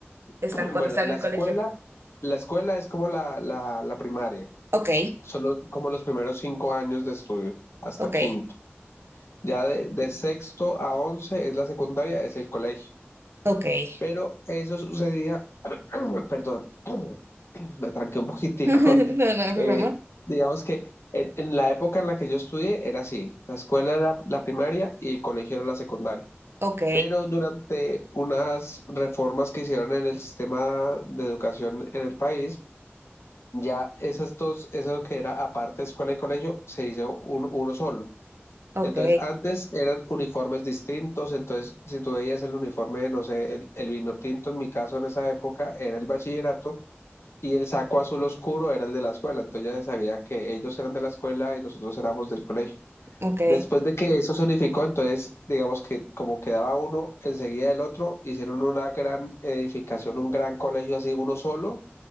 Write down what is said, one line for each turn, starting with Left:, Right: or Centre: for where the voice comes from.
Left: <clears throat>
Right: están
Left: Bueno,
Right: cuando están
Left: la
Right: en el
Left: escuela,
Right: colegio.
Left: la escuela es como la, la, la primaria,
Right: Ok,
Left: solo como los primeros cinco años de estudio, hasta
Right: ok,
Left: quinto. Ya de, de sexto a once es la secundaria, es el colegio.
Right: ok. <laughs>
Left: Pero eso sucedía, <clears throat> perdón, <clears throat> me tranqué un poquitico.
Right: No,
Left: <laughs>
Right: no hay problema.
Left: eh, digamos que en, en la época en la que yo estudié era así, la escuela era la primaria y el colegio era la secundaria.
Right: Ok,
Left: Pero durante unas reformas que hicieron en el sistema de educación en el país, ya esas dos, eso que era aparte escuela y colegio, se hizo un- uno solo.
Right: ok,
Left: Entonces, antes eran uniformes distintos, entonces si tú veías el uniforme, no sé, el, el vino tinto en mi caso en esa época era el bachillerato y el saco azul oscuro era el de la escuela, entonces ya se sabía que ellos eran de la escuela y nosotros éramos del colegio.
Right: ok.
Left: Después de que eso se unificó, entonces digamos que como quedaba uno enseguida del otro, hicieron una gran edificación, un gran colegio así, uno solo,